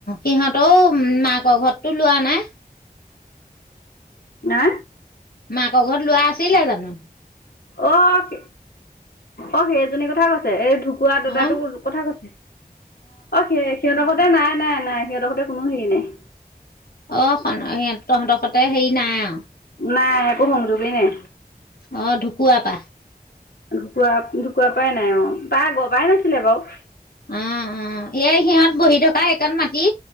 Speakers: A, on the left; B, on the left.
A: সিহঁতও মাক ঘৰততো লোৱা নাই?
B: না।
A: মাক ঘৰত লোৱা আছিলে জানো?
B: অহ অ সেইজনী কথা কৈছে এই ধু কোৱা দাদাতো
A: হা?
B: কথা কৈছে, অ সি সিহঁতৰ ঘতে নাই নাই নাই সিহঁতৰ সতে কোনো হেৰি নাই।
A: অ, <unintelligible> তহঁতৰ সতে হেৰি নাই আও।
B: নাই একো একো সংযোগেই নাই।
A: অ ঢুকুৱা পা।
B: ঢুকুৱা ঢুকুৱা পাই নাই অ' তা আগৰ পৰাই নাছিলে বাৰু।
A: অ অ এয়া সিহঁত বহি থকা সেইকণ মাটি